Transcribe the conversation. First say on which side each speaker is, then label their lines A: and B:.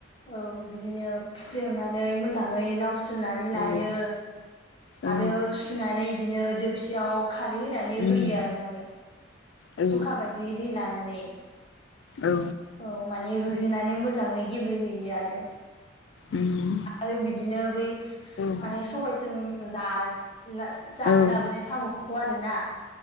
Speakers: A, on the left (about 25°); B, on the left (about 65°).
A: औ बिदिनो फु ख्रेमनानै मोजाङै जावस्रनानै लायो
B: औ औ
A: आरो सु सुनानै बिदिनो दोबसियाव खारै होनानै
B: उम
A: रुयो आरो माने।
B: औ
A: जखा बायदियै दै लानानै।
B: औ।
A: औ माने रुइहोनानै मोजाङै गेब्लेहोयो आरो।
B: उम
A: आरो बिदिनो बै
B: औ
A: माने सबायजों जा जा-जानो
B: औ
A: लाबोनाय साम'खौ आरोना।